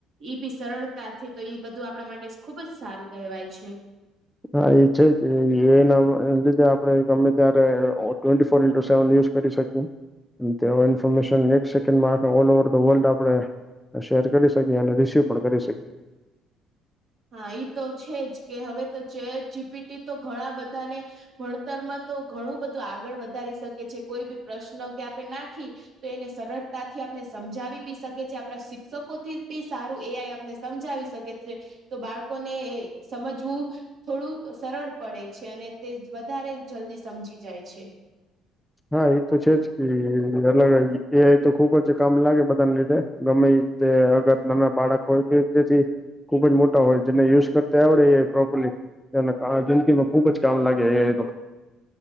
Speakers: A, on the right (about 50°); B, in the centre.
A: ઈ બી સરળતાથી તો એ બધું આપણા માટે ખુબ જ સારું કહેવાય છે.
B: હા એ છે કે એના એ લીધે આપડે ગમે ત્યારે twenty four into seven use કરી શકુ તે ઇન્ફોર્મેશન એક સેન્ડમાં ઓ ઓવર ધ વર્લ્ડ આપણે શેર કરી શકી અને રિસીવ પણ કરી શકીએ.
A: હા ઈ તો છે જ કે હવે તો જે ચેટ જીપીટી તો ઘણા બધાને ભણતરમાં તો ઘણું બધું આગળ વધારી શકે છે કોઈ બી પ્રશ્ન કે આપે નાખી તો એને સરળતાથી આપને સમજાવી બી શકે છે આપણા શિક્ષકો થી બી સારું એ આઈ આપને સમજાવી શકે છે તો બાળકોને સમજવું થોડું સરળ પડે છે અને તે વધારે જલ્દી સમજી જાય છે.
B: હા એ તો છે જ કે અલગ એ આઈ તો ખુબ જ કામ લાગે બધાને લીધે ગમે તે અગર નાના બાળક હોય છે તેથી ખુબ જ મોટા હોય એટલે યુઝ કરતા આવડે એ પ્રોપરલી એના કહા જિંદગીમાં ખુબ જ કામ લાગે એ આઈ તો